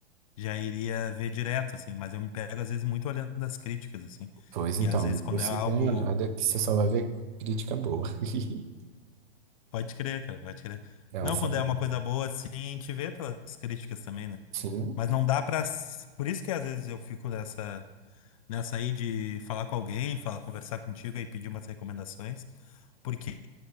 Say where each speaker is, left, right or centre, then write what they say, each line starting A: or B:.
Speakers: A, on the left; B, on the right.
A: já iria ver direto, assim, mas eu me pego às vezes muito olhando as críticas, assim.
B: Pois então,
A: E às vezes
B: depois
A: quando é
B: você
A: algo,
B: dá uma olhada que você só vai ver crítica boa. <laughs>
A: pode crer, cara, pode crer.
B: É uma
A: Não,
B: série.
A: quando é uma coisa boa, assim, a gente vê pelas críticas também, né?
B: Sim.
A: Mas não dá pra. Por isso que às vezes eu fico nessa nessa Eu de falar com alguém, falar, conversar contigo e pedir umas recomendações, porque